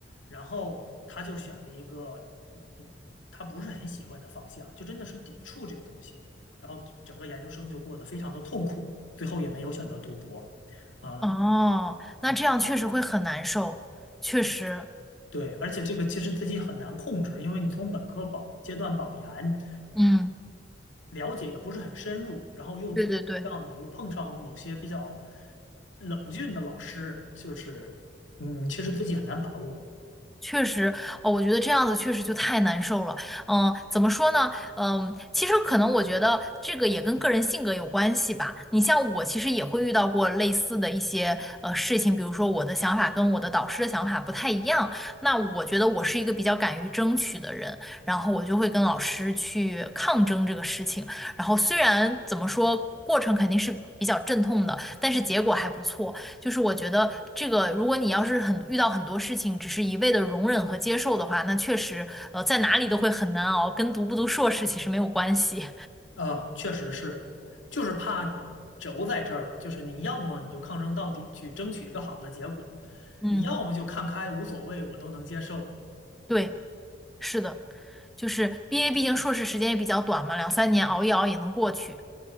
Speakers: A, on the left; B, in the centre.
A: 然后他就选了一个嗯不他不是很喜欢的方向，就真的是抵触这个东西，然后整个研究生就过得非常的痛苦，最后也没有选择读博啊，
B: 哦，那这样确实会很难受，
A: 嗯，
B: 确实，
A: 对，而且这个其实自己很难控制，因为你从本科保阶段保研。
B: 嗯，
A: 了解也不是很深入，然后又让你又碰上某些比较
B: 对对对，
A: 冷峻的老师，就是嗯，其实自己很难把握
B: 确实，哦，我觉得这样子确实就太难受了。嗯，怎么说呢？嗯，其实可能我觉得这个也跟个人性格有关系吧。你像我，其实也会遇到过类似的一些呃事情，比如说我的想法跟我的导师的想法不太一样。那我觉得我是一个比较敢于争取的人，然后我就会跟老师去抗争这个事情。然后虽然怎么说，过程肯定是比较阵痛的，但是结果还不错。就是我觉得这个，如果你要是很遇到很多事情，只是一味的容忍和接受的话，那确实，呃，在哪里都会很难熬，跟读不读硕士其实没有关系。
A: 啊，确实是，就是怕轴在这儿，就是你要么你就抗争到底去争取一个好的结果，
B: <laughs> 嗯，
A: 你要么就看开无所谓，我都能接受。
B: 对，是的，就是毕业，毕竟硕士时间也比较短嘛，两三年熬一熬也能过去。